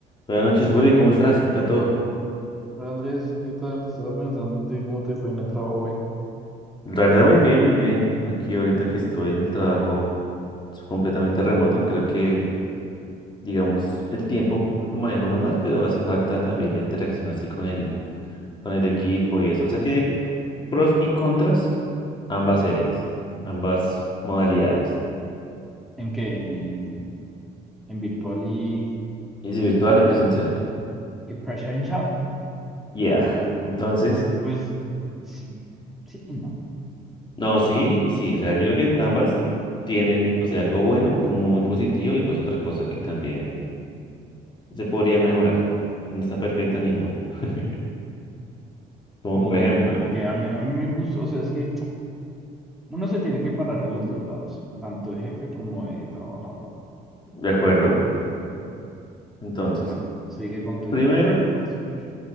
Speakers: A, on the left (about 30°); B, in the centre.
A: Buenas noches, Juli, ¿cómo
B: No,
A: estás? ¿Qué tal todo?
B: Hola, Andrés, ¿qué tal? Estaba pensando en ti, ¿cómo te fue en el trabajo hoy?
A: La verdad, muy bien, muy bien. Aquí ahorita que estoy en el trabajo completamente remoto, creo que, digamos, el tiempo lo manejo más, pero hace falta también la interacción así con el, con el equipo y eso. O sea, tiene pros y contras ambas settings, ambas modalidades.
B: ¿En qué? ¿En, en, en virtual y,
A: Es virtual y presencial.
B: y presential? Chat?
A: Yeah. Entonces,
B: Pues sí, sí y no.
A: no, sí y sí. O sea, yo creo que ambas tienen, o sea, algo bueno como muy positivo y pues otra cosa que también se podría mejorar. O sea, no está perfecta ninguna. <laughs> Como
B: Como
A: por
B: que,
A: ejemplo,
B: como que a mí, a mí me gustó, o sea, es que uno se tiene que parar en los dos lados, tanto de jefe como de trabajador.
A: ¿de acuerdo? Entonces,
B: Bueno, sigue con tu
A: primero,
B: idea, a ver, te escucho.